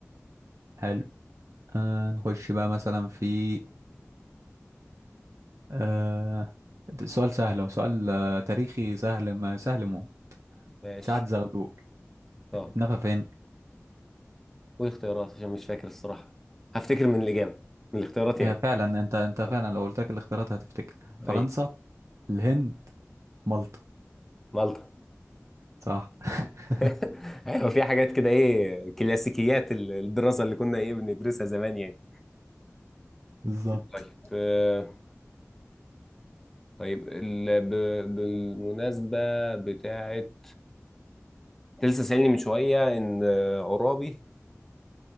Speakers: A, on the right (about 70°); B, in the centre.
A: حلو آه نخش بقى مثلا في آه ده سؤال سهل هو سؤال آه، تاريخي سهل ما سهل مو
B: ماشي
A: سعد زغلول
B: طب
A: اتنفى فين
B: قول اختيارات عشان مش فاكر الصراحة هفتكر من الإجابة من الاختيارات
A: هي
B: يعني
A: فعلا انت انت فعلا
B: آه.
A: لو قلت لك الاختيارات هتفتكر فرنسا
B: ايوه
A: الهند مالطا
B: مالطا
A: صح <laughs>
B: <laughs> ايوه في حاجات كده ايه كلاسيكيات ال- الدراسة اللي كنا ايه بندرسها زمان يعني
A: بالظبط
B: طيب آه. طيب ال... ب... بالمناسبة بتاعت لسه سألني من شوية ان آه، عرابي